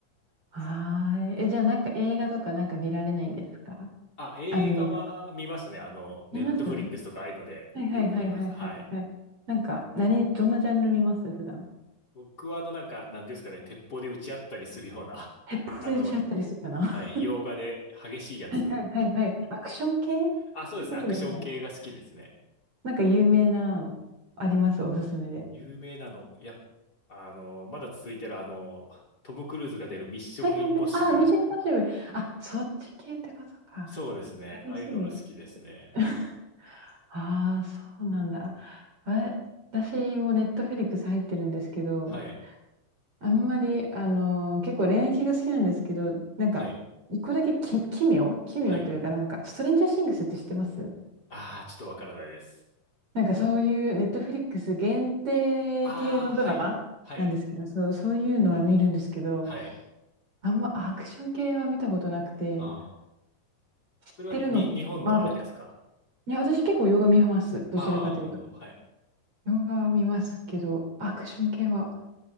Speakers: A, on the right (about 45°); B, on the left (about 30°).
A: はーい。え、じゃあ、なんか映画とかなんか見られないんですか
B: あ、映画は見ますね。
A: アニメとか。
B: あの、ネットフリックスとかああいうのでよく見ます。
A: 見ますはいはいはいはいはいはい。
B: はい。
A: なんか、何、どんなジャンル見ます普段。
B: 僕はあの、なんか、なんていうんですかね、鉄砲で撃ち合ったりするような、
A: 鉄砲で撃ち合ったりするよな。
B: <laughs> あの、はい、洋画で激しいやつ。
A: <laughs> はいはいはいはい。アクション系ってことですかね。
B: あ、そうですね。アクション系が好きですね。
A: なんか有名なのあります、おすすめで。
B: 有名なの。やっ、あの、まだ続いてるあの、トム・クルーズが出るミッション・
A: はいはいはい。
B: インポッシブル。
A: ああ、ミッションインポッシブル。あ、そっち系ってことか。
B: そうですね。
A: 激しいね。
B: ああいうのが好きですね。
A: <laughs> ああ、そうなんだ。あ、私もネットフリックス入ってるんですけど、
B: はい。
A: あんまり、あのー結構恋愛系が好きなんですけど、なんか、
B: はい。
A: 一個だけき奇妙奇妙というか、
B: はい。
A: なんか、ストレンジャーシングスって知ってます
B: ああ、ちょっとわからないです。
A: なんかそういうネットフリックス限定系のドラマなんですけど、
B: ああ、はい。はい。
A: そう、そういうのは見るんですけど、
B: はい。
A: あんまアクション系は見たことなくて、
B: ああ。
A: 知ってるの、
B: それは、に、日本のあれですか
A: マーベルとか。いや、私結構洋画見ます。どちらかというと。
B: ああー、なるほど。はい。
A: 洋画は見ますけど、アクション系は